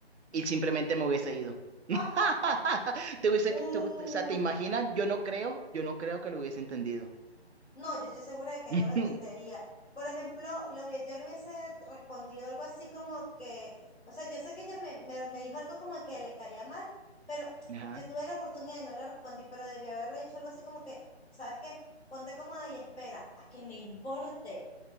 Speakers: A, on the right (about 80°); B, on the left (about 85°).
A: Y simplemente me hubiese ido. <laughs>
B: <laughs>
A: Te hubiese,
B: Uy,
A: te- o sea, ¿te imaginas? Yo no creo, yo no creo que lo hubiese entendido.
B: No, yo estoy segura de que
A: <laughs>
B: no lo entendería. Por ejemplo, le hubie- yo le hubiese respondido algo así como que, o sea, yo sé que ella me, me, me dijo algo como que le caía mal, pero
A: Ajá.
B: yo tuve la oportunidad y no le respondí, pero debí haberle dicho algo así como que, ¿sabes qué? Ponte cómoda y espera, a que me importe.